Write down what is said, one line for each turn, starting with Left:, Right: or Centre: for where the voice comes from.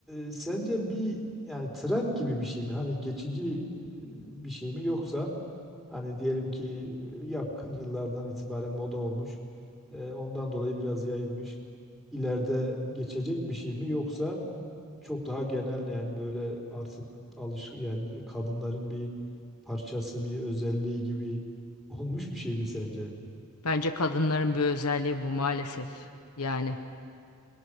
Centre: e, sence bir yani trend gibi bir şey mi? Hani geçici e, bir şey mi yoksa hani diyelim ki e, yakın yıllardan itibaren moda olmuş, e, ondan dolayı biraz yayılmış. ileride geçecek bir şey mi yoksa çok daha genel yani böyle artık alış yani kadınların bir parçası, bir özelliği gibi <laughs> olmuş bir şey mi sence?
Left: Bence kadınların bir özelliği bu maalesef. Yani